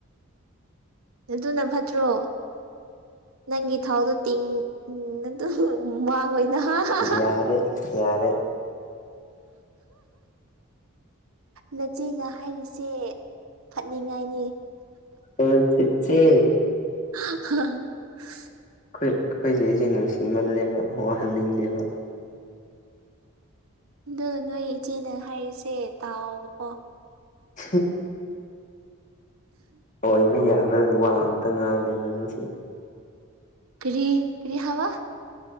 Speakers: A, on the right; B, on the left.
A: ꯑꯗꯨꯅ ꯐꯠꯇ꯭ꯔꯣ ꯅꯪꯒꯤ ꯊꯥꯎꯗꯣ ꯇꯤꯡ ꯑꯗꯨꯝ ꯎꯝ ꯃꯥꯡꯉꯣꯏꯗ ꯍꯥ ꯍꯥ
B: ꯌꯥꯔꯦ ꯌꯥꯔꯦ
A: ꯅꯆꯦꯅ ꯍꯥꯏꯔꯤꯁꯦ ꯐꯠꯅꯤꯡꯉꯥꯏꯅꯤ
B: ꯑꯣ ꯆꯤꯠꯆꯦ
A: <unintelligible>
B: ꯑꯩꯈꯣꯏ ꯑꯩꯈꯣꯆꯦꯖꯦ ꯅꯨꯡꯁꯤꯃꯜꯂꯦꯕ ꯋꯥꯍꯟꯅꯤꯡꯗꯦꯕ
A: ꯑꯗꯨ ꯅꯣꯏ ꯏꯆꯦ ꯅꯪ ꯍꯥꯏꯔꯤꯁꯦ ꯇꯥꯎꯕꯀꯣ
B: ꯍ ꯑꯣꯏꯕ ꯌꯥꯕ꯭ꯔꯥ ꯋꯥ ꯑꯝꯇ ꯉꯥꯡꯗꯦ ꯅꯪꯁꯤ
A: ꯀꯔꯤ ꯀꯔꯤ ꯍꯥꯕ